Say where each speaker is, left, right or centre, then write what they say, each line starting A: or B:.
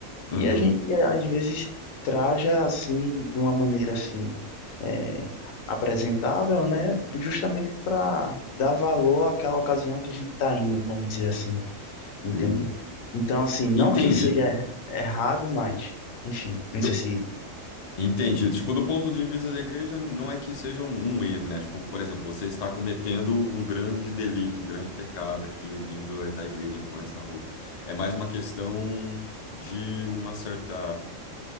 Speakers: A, on the left; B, on the left.
A: Uhum,
B: e a gente, eh, às vezes, traja assim, de uma maneira assim, é, apresentável, né? Justamente para dar valor àquela ocasião que a gente está indo, vamos dizer assim, entende?
A: sei.
B: Então, assim, não
A: Entendi.
B: que seja errado, mas, enfim, não
A: Do-
B: sei se.
A: entendi. Tipo, do ponto de vista da igreja, não é que seja um, um erro, né? Tipo, por exemplo, você está cometendo um grande delito, um grande pecado aqui vindo até a igreja com essa roupa. É mais uma questão de uma certa